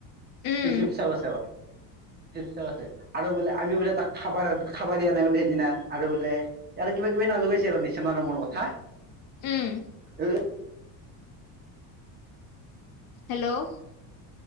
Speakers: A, on the left; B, on the right.
A: উম
B: সি শিপছা আছে। চ আছে আৰু বোলে আমি বোলে তাক খাব খাবা দিয়া নাই বোলে। সেইদিনা আৰু বোলে ইয়াৰ কিবা কিবি নাম লগাইছে আৰু নিচনা আৰু মৰ কথা
A: উম
B: এ।
A: হেল্ল'।